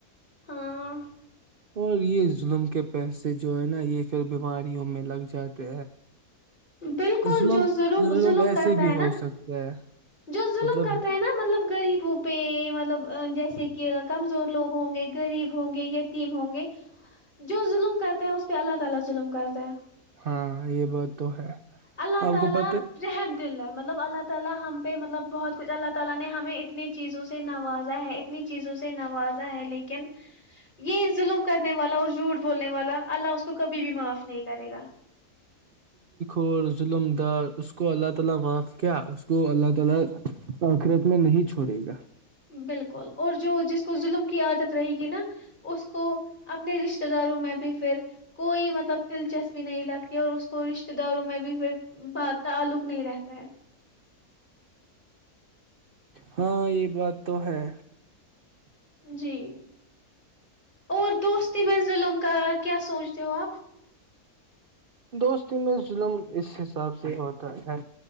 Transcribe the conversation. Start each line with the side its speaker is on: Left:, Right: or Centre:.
Left: ہاں
Right: اور یہ ظلم کے پیسے جو ہے نا یہ پھر بیماریوں میں لگ جاتا
Left: بالکل
Right: ظلم
Left: جو
Right: ظلم ایسے
Left: کرتا
Right: بھی
Left: ہے نا
Right: ہو سکتا ہے
Left: جو ظلم
Right: مطلب
Left: کرتے ہیں نا مطلب غریب ہو پ مطلب جیسے کہ کمزور لوگ ہوں گے غریب ہوں گے یتیم ہوں گے جو ظلم کرتا ہے اس پہ اللہ تعالی ظلم کرتا ہے
Right: ہاں یہ بات تو ہے
Left: اللہ
Right: آپ
Left: تعالی
Right: کو پت
Left: رحم دل ہے مطلب اللہ تلا ہم پہ مطلب بہت کچھ اللہ تعالی نے ہمیں اتنی چیزوں سے نوازا ہے اتنی چیزوں سے نوازا ہے لیکن یہ ظلم کرنے والا اور جھوٹ بولنے والا اللہ اس کو کبھی بھی معاف نہیں کرے گا
Right: اور ظلمدار اس کو اللہ تعالی معاف کیا اس کو اللہ تعالی اخرت میں نہیں چھوڑے گا
Left: بالکل اور جو جس کو ظلم کی عادت رہے گی نا اس کو اپنے رشتتے داروں میں بھی پھر کوئی مطلب دلچسپی نہیں لگتی اور اس کو رشتتے داروں میں بھی پھر تعلق نہیں رہتا ہے
Right: ہاں یہ بات تو ہے
Left: جی اور دوست می ظلم کا کیا سوچ جواب
Right: دوست میں ظلم اس حساب سے ہوتا ہے